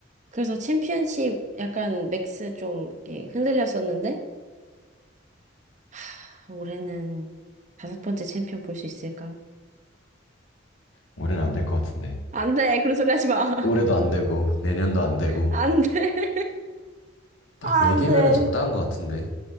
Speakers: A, on the right; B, on the left.
A: 그래서 챔피언십 약간 맥스 좀 이렇게 흔들렸었는데 하, 올해는 다섯 번째 챔피언 볼 수 있을까?
B: 올해는 안 될 것 같은데.
A: 안 돼. 그런 소리 하지 마. <laughs>
B: 올해도 안 되고 내년도 안 되고
A: 안 돼.
B: 딱
A: 아,
B: 네
A: 안
B: 개면은
A: 돼.
B: 적당한 것 같은데